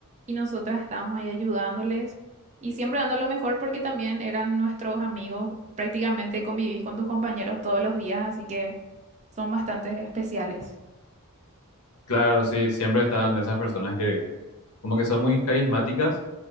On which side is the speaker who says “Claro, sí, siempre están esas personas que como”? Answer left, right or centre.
Left